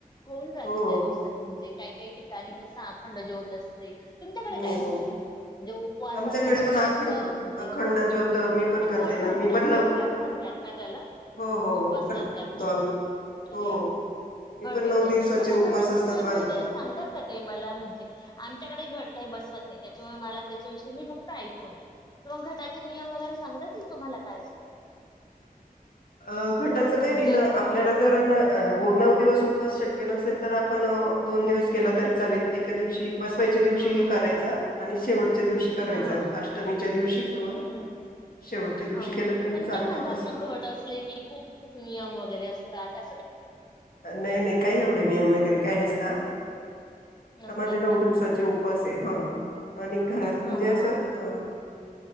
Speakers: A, on the left; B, on the left.
A: होऊन जात
B: हो
A: त्या दिवसात म्हणजे काय काही. कस अखंड ज्योत असते. तुमच्याकडे
B: हो
A: काय असतं,
B: हो
A: म्हणजे उपवासासोबत
B: आमच्याकडे पण
A: काय
B: अखंड
A: असतं? म्हणजे
B: अखंड ज्योत
A: ते
B: मी पण करते
A: घट
B: ना
A: म्हणतात
B: मी पण नऊ
A: ना? घट म्हणतात ना त्याला?
B: हो हो
A: उपवास
B: हो घट
A: करतात
B: करतो
A: का?
B: आम्ही हो
A: अरे वा!
B: मी
A: घट
B: पण
A: बसवतात
B: नऊ दिवसाचे
A: का मग
B: उपवास
A: घटाचे
B: असतात
A: नियम
B: माझे
A: वगैरे
B: पण
A: सांगतात का ताई मला म्हणजे आमच्याकडे घट काय बस वत नाही त्याच्यामुळे मला त्याच्याविषयी मी फक्त ऐकून आहे, तर मग घटाचे नियम वगैरे सांगता येतील तुम्हाला काय असतात?
B: अ घटाचं काय
A: म्हणजे
B: नाही न आपल्याला जर न अ नऊ दिवस उ उपवास शक्य नसेल तर आपण दोन दिवस केलं तरी चालेल एका दिवशी बसवायच्या दिवशी
A: ह ह
B: करायचा
A: ह
B: आणि शेवट च्या दिवशी करायचा
A: ह ह ह
B: अष्टमीच्या दिवशी किंवा
A: ह
B: शेवटच्या दिवशी
A: ह
B: केला
A: ह
B: तरी
A: पण
B: चालतो
A: म्हणतात
B: असं.
A: ना घट असले ते की खूप खूप नियम वगैरे असतात अ
B: नाही नाही काही एवढे नियम- काय नसता.
A: नसतात
B: माझे नऊ
A: का
B: दिवसाचे उपास. ते हं. आणि घरात म्हणजे
A: ह ह
B: असं
A: ह
B: अ-